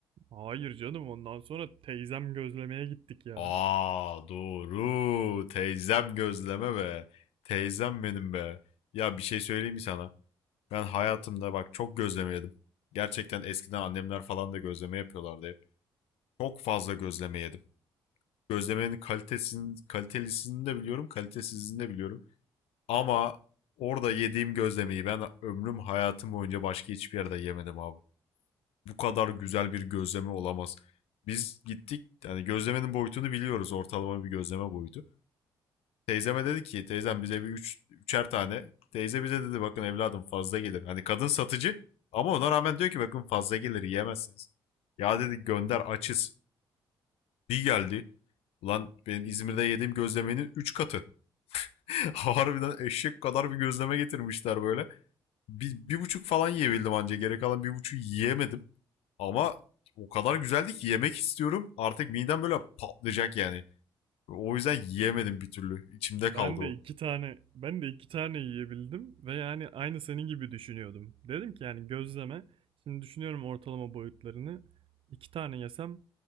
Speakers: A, on the right (about 60°); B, on the left (about 85°).
A: Hayır canım ondan sonra teyzem gözlemeye gittik ya.
B: Aa doğru. Teyzem gözleme be. Teyzem benim be. Ya bir şey söyleyeyim mi sana? Ben hayatımda bak çok gözleme yedim. Gerçekten eskiden annemler falan da gözleme yapıyorlardı hep. Çok fazla gözleme yedim. Gözlemenin kalitesini, kalitelisini de biliyorum, kalitesizini de biliyorum. Ama orada yediğim gözlemeyi ben ömrüm hayatım boyunca başka hiçbir yerde yemedim abi. bu kadar güzel bir gözleme olamaz. Biz gittik yani gözlemenin boyutunu biliyoruz ortalama bir gözleme boyutu. Teyzeme dedi ki teyzem bize bir üç, üçer tane. Teyze bize dedi bakın evladım fazla gelir. Hani kadın satıcı ama ona rağmen diyor ki bakın fazla gelir yiyemezsiniz. Ya dedi gönder açız. Bir geldi. Ulan benim İzmir'de yediğim gözlemenin 3 katı. <laughs> Harbiden eşek kadar bir gözleme getirmişler böyle. Bir, bir buçuk falan yiyebildim anca. Geri kalan bir buçuk yiyemedim. Ama o kadar güzeldi ki yemek istiyorum. Artık midem böyle patlayacak yani. O yüzden yiyemedim bir türlü. İçimde kaldı
A: Ben de
B: o.
A: iki tane ben de iki tane yiyebildim ve yani aynı senin gibi düşünüyordum. Dedim ki yani gözleme. Şimdi düşünüyorum ortalama boyutlarını. İki tane yesem